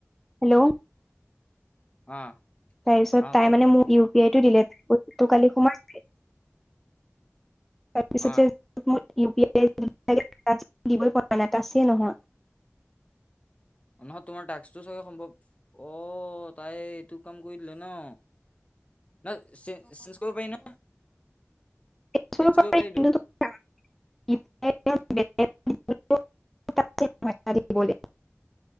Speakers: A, in the centre; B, on the left (about 30°).
A: হেল্ল',
B: অ।
A: তাৰ পিছত
B: অ
A: তাই
B: কোৱা
A: মানে মোক ইউ পি আইটো দিলেত <unintelligible> কালি সোমাইছে। তাৰ পিছত
B: অ
A: যে <unintelligible> তাছেই নহয়।
B: নহয় তোমাৰ তাষ্কটো চাগে সম্ভৱ, অ' তাই এইটো কাম কৰি দিলে ন! নহয় চেঞ্জ, চেঞ্জ কৰিব পাৰি নহয়।
A: <unintelligible>
B: কৰিব পাৰিতো
A: <unintelligible>